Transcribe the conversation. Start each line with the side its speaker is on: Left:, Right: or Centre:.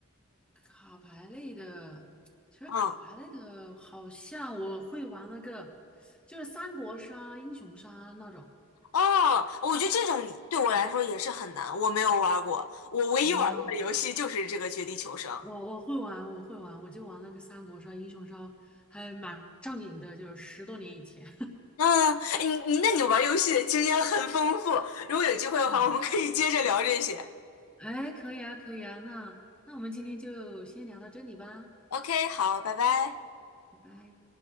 Centre: 卡牌类的，其实卡牌类的，
Left: 嗯，
Centre: 好像我会玩那个，就是三国杀、英雄杀那种。
Left: 哦，我觉得这种对我来说也是很难，我没有玩过。我唯一玩过的游戏就是这个《绝地求生》。
Centre: 哦，我我会玩，我会玩，我就玩那个三国杀、英雄杀，还蛮上瘾的，就是十多年以前。
Left: 嗯，哎你你那你玩游戏的经验很丰富，如果有机会的话，
Centre: <laughs> 嗯，
Left: 我们可以接着聊这些。
Centre: 哎，可以啊，可以啊，那那我们今天就先聊到这里吧，
Left: OK，好，拜拜。
Centre: 拜拜。